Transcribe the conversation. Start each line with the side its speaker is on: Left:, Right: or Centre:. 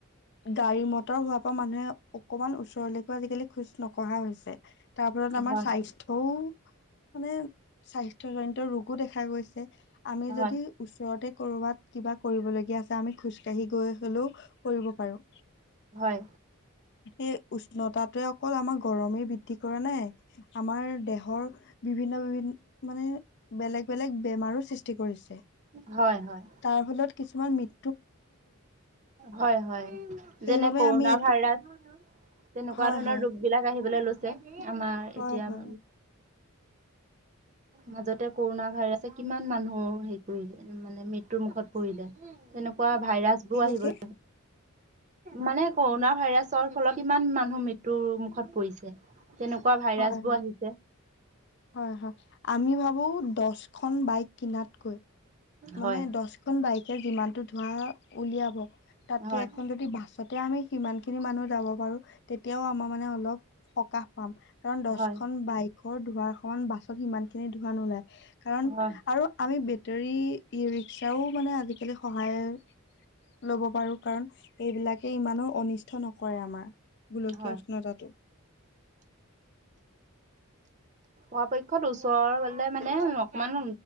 Left: গাড়ী-মটৰ হোৱাৰ পৰা মানুহে, অকমান ওচৰলৈকে, আজিকালি খোজ নকঢ়া হৈছে। তাৰ ফলত আমাৰ
Right: হয়
Left: স্বাস্থ্যও মানে, স্বাস্থ্যজনিত ৰোগো দেখা গৈছে। আমি যদি
Right: হয়
Left: ওচৰতে ক'ৰবাত, কিবা কৰিবলৈ <unintelligible> আমি খোজকাঢ়ি গৈ হ'লেও কৰিব পাৰোঁ।
Right: হয়।
Left: এই উষ্ণতাটোৱে অকল আমাৰ গৰমেই বৃদ্ধি কৰে নে? আমাৰ দেহৰ বিভিন্ন বিভিন্ন মানে বেলেগ বেলেগ বেমাৰো সৃষ্টি কৰিছে।
Right: হয়, হয়।
Left: তাৰ ফলত কিছুমান মৃ
Right: হয়, হয়।
Left: সেইবাবে
Right: যেনে কৰোণা
Left: আমি এইটো
Right: ভাইৰাছ। তেনেকুৱা
Left: হয়
Right: ধৰনৰ
Left: হয়
Right: ৰোগ বিলাক আহিবলৈ লৈছে আমাৰ
Left: হয়
Right: এতিয়া।
Left: হয়
Right: মাজতে কৰোণা ভাইৰাছে কিমান মানুহ হেৰি কৰিলে মানে মৃত্যুৰ মুখত পৰিলে। তেনেকুৱা ভাইৰাছ
Left: কি
Right: বোৰ
Left: কৈছে?
Right: আহিবলৈ মানে কৰোণা ভাইৰাছৰ ফলত ইমান মানুহ মৃত্যুৰ মুখত পৰিছে। কেনেকুৱা ভাইৰাছবোৰ
Left: হয় হয়
Right: আহিছে।
Left: হয়, হয়। আমি ভাবোঁ দহখন বাইক কিনাতকৈ মানে
Right: হয়
Left: দহখন বাইকে যিমানতটো ধোৱা উলিয়াব তাতকে
Right: হয়
Left: এখন যদি বাছত। তেতিয়া আমি কিমান খিনি মানুহ যাব পাৰোঁ। তেতিয়াও আমাৰ মানে অলপ সকাহ পাম কাৰণ দহখনন
Right: হয়
Left: বাইক। ঘৰ ধোৱাৰ সমান বাছত সিমান খিনি ধোৱা নোলায়। কাৰণ
Right: হয়
Left: আৰু আমি বেটেৰীৰ ই ৰিক্সাও মানে আজিকালি সহায়ৰ ল'ব পাৰোঁ। কাৰণ এইবিলাকে ইমানো অনিষ্ট নকৰে আমাৰ গোলকীয়
Right: হয়
Left: উষ্ণতাটো।
Right: পৰাপক্ষত ওচৰলে মানে অকমান